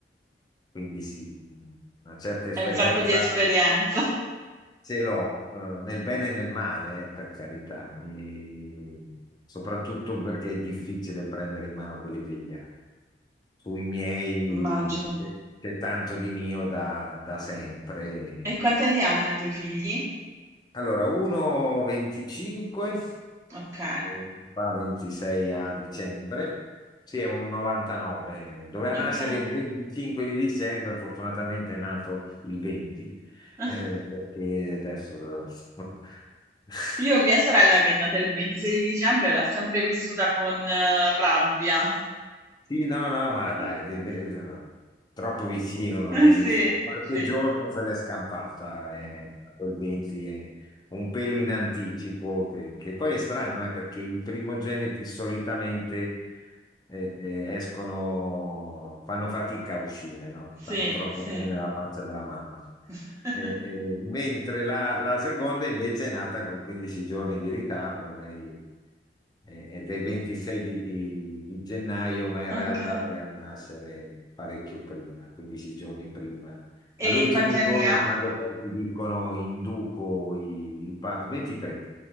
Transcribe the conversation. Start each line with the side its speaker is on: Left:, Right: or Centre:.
Left: Quindi sì, mh, una certa esperienza
Right: Hai un sacco di esperienza.
Left: ce l'ho, eh, nel bene e nel male, eh, per carità, e soprattutto perché è difficile prendere in mano quelli degli altri. Sui miei
Right: Immagino.
Left: c'è c'è tanto di mio da, da sempre.
Right: E quanti anni hanno i tuoi figli?
Left: Allora, 1,25
Right: Ok,
Left: eh, fa 26 a dicembre, sì, è un 99, doveva
Right: ok.
Left: nascere il 25 di dicembre, fortunatamente è nato il 20,
Right: <laughs>
Left: eh, perché adesso <laughs>
Right: Io mia sorella che è nata il 26 di dicembre l'ha sempre vissuta con eh, rabbia. <laughs>
Left: Sì, no, no, ma
Right: <laughs>
Left: dai, rive- troppo vicino non
Right: Eh,
Left: esiste.
Right: Sì,
Left: Qualche
Right: sì,
Left: giorno se l'è scampata, eh, quel 20 è un pelo in anticipo, che, che poi è strano, eh, perché i primogeniti solitamente eh, eh, escono, fanno fatica a uscire, no?
Right: sì,
Left: Stanno troppo
Right: sì.
Left: bene nella pancia della mamma.
Right: <laughs>
Left: Eh, eh, mentre la, la seconda invece è nata con 15 giorni di ritardo, lei è, è del 26 di, di- di gennaio, ma in
Right: Ok.
Left: realtà doveva nascere parecchio prima, 15 giorni prima.
Right: E
Left: All'ultimo
Right: quanti anni
Left: giorno,
Right: ha?
Left: quando poi ti dicono induco i- il parto, 23,